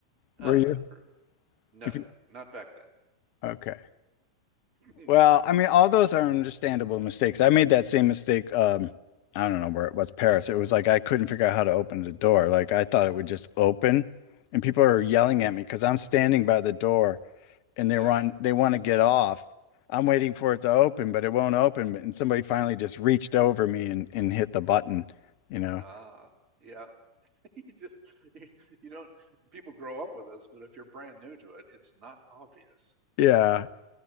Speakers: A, on the right; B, on the left.
A: Ah,
B: were you?
A: true. No,
B: If you,
A: not back then.
B: okay.
A: <clears throat>
B: Well, I mean, all those are understandable mistakes. I made that same mistake. Um, I don't know where it was, Paris. It was like I couldn't figure out how to open the door. Like I thought it would just open, and people are yelling at me because I'm standing by the door. and
A: Yeah.
B: they want they want to get off. I'm waiting for it to open, but it won't open. And somebody finally just reached over me and, and hit the button, you know.
A: Ah, yeah. <laughs> You just you, you don't people grow up with this, but if you're brand new to it, it's not obvious.
B: Yeah.